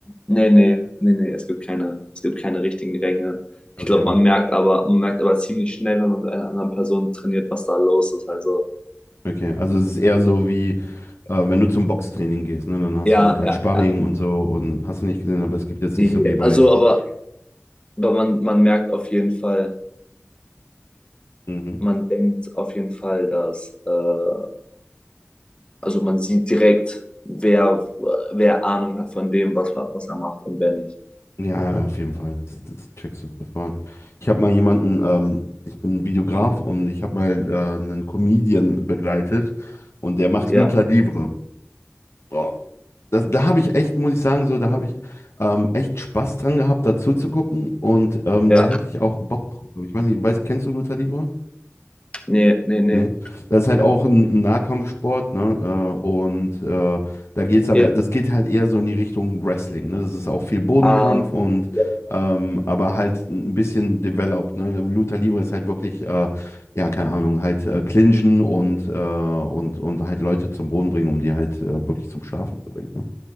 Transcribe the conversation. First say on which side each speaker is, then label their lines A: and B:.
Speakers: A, on the left (about 20°); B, on the left (about 70°).
A: Nee, nee, nee, nee, es gibt keine, es gibt keine richtigen Ränge. Ich
B: Okay,
A: glaube, man merkt aber, man merkt aber ziemlich schnell, wenn man mit einer anderen Person trainiert, was da los ist. Also,
B: okay. Also es ist eher so wie, äh, wenn du zum Boxtraining gehst, ne, dann hast
A: ja,
B: du halt ein
A: ja,
B: Sparring
A: ja.
B: und so und hast du nicht gesehen, aber es gibt jetzt
A: Nee,
B: nicht so wie bei.
A: also aber, aber man, man merkt auf jeden Fall,
B: Mhm.
A: man denkt auf jeden Fall, dass, äh, also man sieht direkt, wer, wer Ahnung hat von dem, was, er- was er macht und wer nicht.
B: Ja, auf jeden Fall. Das, das checkst du sofort. Ich habe mal jemanden, ähm, ich bin Videograf und ich habe mal äh, einen Comedian begleitet und der macht
A: Ja,
B: Lucha Libre. Boah, das, da habe ich echt, muss ich sagen, so, da habe ich ähm, echt Spaß dran gehabt, dazu zu gucken und ähm,
A: ja,
B: da hätte ich auch Bock drauf. Ich weiß nicht, weiß, kennst du Luta Livre?
A: nee, nee, nee.
B: Nee. Das ist halt auch ein ein Nahkampfsport, ne? Äh, und äh, da geht's aber,
A: Ja,
B: das geht halt eher so in die Richtung Wrestling, ne? Das ist auch viel Bodenkampf
A: ah,
B: und
A: ja,
B: ähm, aber halt ein bisschen developed, ne? Luta Livre ist halt wirklich, äh, ja, keine Ahnung, halt äh, clinchen und, äh, und, und halt Leute zum Boden bringen, um die halt äh, wirklich zum Schlafen zu bringen, ne?